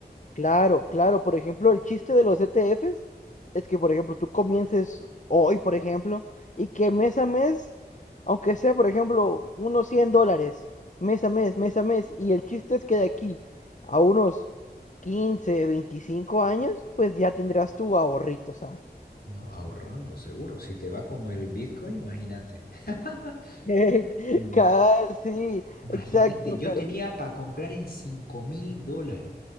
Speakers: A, on the left; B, on the left.
A: Claro, claro. Por ejemplo, el chiste de los ETFs es que, por ejemplo, tú comiences hoy, por ejemplo, y que mes a mes, aunque sea, por ejemplo, unos 100 dólares, mes a mes, mes a mes, y el chiste es que de aquí a unos quince, veinticinco años, pues ya tendrás tu ahorrito, ¿sabes?
B: No, ahorrando, seguro. Si te va como el Bitcoin, imagínate. <laughs>
A: <laughs>
B: Mm,
A: Cal, sí,
B: Imagínate,
A: exacto,
B: yo
A: pero...
B: tenía para comprar en cinco mil dólares.